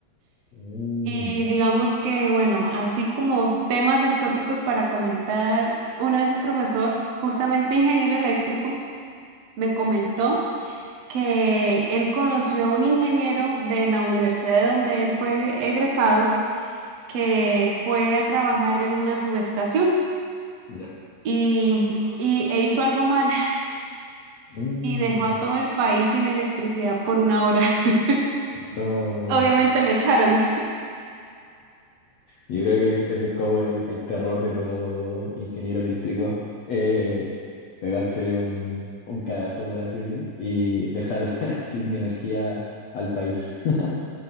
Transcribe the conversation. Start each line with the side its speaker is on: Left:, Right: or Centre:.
Left: Mm,
Right: y digamos que, bueno, así como temas exóticos para comentar, una vez un profesor, justamente ingeniero eléctrico, me comentó que él conoció a un ingeniero de la universidad de donde él fue egre- egresado, que fue a trabajar en una subestación
Left: ya.
Right: y, y e hizo algo mal <laughs>
Left: Mm.
Right: y dejó a todo el país sin electricidad por una hora. <laughs>
Left: No.
Right: Obviamente lo echaron.
Left: Yo creo que es- ese es como el, el terror de todo ingeniero eléctrico, eh, pegarse un, un cagazo, por así decir, y dejar <laughs> sin energía al país. <laughs>